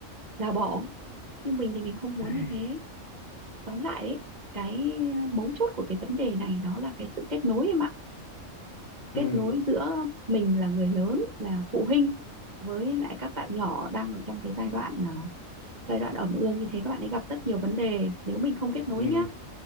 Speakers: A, on the right; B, on the left.
A: là bỏ nhưng mình thì mình không muốn
B: Ai,
A: như thế tóm lại ấy, cái à, mấu chốt của cái vấn đề này đó là cái sự kết nối em ạ kết
B: ừ
A: nối giữa mình là người lớn là phụ huynh với lại các bạn nhỏ đang ở trong cái giai đoạn à, giai đoạn ẩm ương như thế các bạn ấy gặp rất nhiều vấn đề nếu mình không kết nối
B: ừ
A: nhá